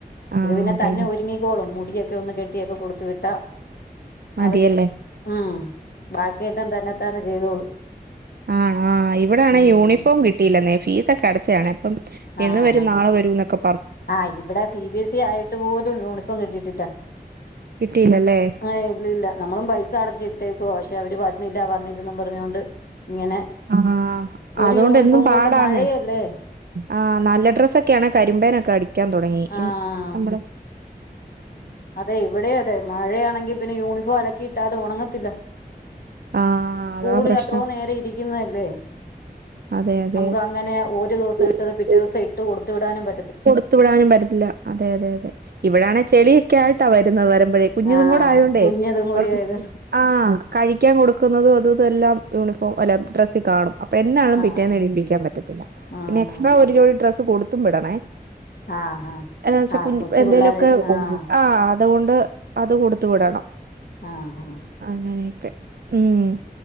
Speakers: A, on the right (about 75°); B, on the left (about 70°).
A: ആഹ്
B: ഇത് പിന്നെ
A: അതെ
B: തന്നെ ഒരുങ്ങിക്കോളും മുടിയൊക്കെ ഒന്ന് കെട്ടിയൊക്കെ കൊടുത്തു പിന്നെ ട്ട
A: മതിയല്ലേ
B: അവര് ഉം ബാക്കിയെല്ലാം തന്നെത്താനെ ചെയ്തോളും
A: ആ ആ ഇവിടാണെ
B: ഉം
A: യൂണിഫോം കിട്ടിയില്ലന്നെ ഫീസൊക്കെ അടച്ചയാണേ അപ്പം
B: ആഹ്
A: ഇന്ന് വരും
B: ആഹ്
A: നാളെ വരൂന്നൊക്കെ
B: ആഹ് ഇവിടെ സി ബി എസ് ഇ ആയിട്ട് പോലും യൂണിഫോം കിട്ടിട്ടില്ലാ
A: കിട്ടിയില്ലല്ലേ
B: ആ ഇല്ലില്ല നമ്മളും പൈസ അടച്ചിട്ടേക്കുവാ പക്ഷെ അവര് വരുന്നില്ല വന്നില്ല ന്നും പറഞ്ഞോണ്ട് ഇങ്ങനെ
A: ആ ഹാ
B: ഒരു
A: അതുകൊണ്ടെന്നും
B: യൂണിഫോം
A: പാടാന്നേ
B: കൊണ്ട് മഴയല്ലേ
A: ആ നല്ല ഡ്രസ്സൊക്കെയാണെ കരിമ്പേനൊക്കെ അടിക്കാൻ തുടങ്ങി
B: ആഹ്
A: നമ്മളെ
B: അതെ ഇവിടെ അതെ മഴയാണെങ്കി പിന്നെ യൂണിഫോം അലക്കി ഇട്ടാലും ഉണങ്ങത്തില്ലന്നെ
A: ആഹ്
B: സ്കൂള്
A: അതാ പ്രശ്നം
B: അത്രോം നേരം ഇരിക്കുന്നല്ലേ
A: അതെ അതെ
B: നമുക്കങ്ങനെ ഒരു ദിവസം
A: അതെ
B: ഇട്ടത് പിറ്റേ ദിവസം ഇട്ട് കൊടുത്തു വിടാനും പ
A: കൊടുത്തു വിടാനും പറ്റത്തില്ല അതെ അതെ അതെ ഇവിടെയാണേ ചെളിയൊക്കെ ആയിട്ടാ വരുന്നത് വര മ്പഴേ കുഞ്ഞതും
B: ആഹ്
A: കൂടെ ആയോണ്ടേ
B: കുഞ്ഞതും കൂടി
A: അവർക്ക്
B: ആയത്
A: ആ കഴിക്കാൻ കൊടുക്കുന്നതും അതും ഇതും എല്ലാം യൂണിഫോം അല്ല ഡ്രസ് കാണും അപ്പ എന്നാണേലും
B: ആഹ്
A: പിറ്റേന്നിടീപ്പിക്കാൻ പറ്റത്തില്ല
B: ആഹ്
A: പിന്നെ എക്സ്ട്രാ ഒരു ജോടി ഡ്രസ് കൊടുത്തും വിടണേ
B: ആഹ് ആഹ്
A: എന്നാണെന്ന് വെച്ചാ
B: ആഹ് കൊച്ചു
A: എന്തേലുമൊക്കെ
B: പിള്ളോരെ
A: കു
B: ആഹ്
A: ആ അതുകൊണ്ട് അത് കൊടുത്തു വിടണം
B: ആ ആ
A: അങ്ങനെയൊക്കെ ഉം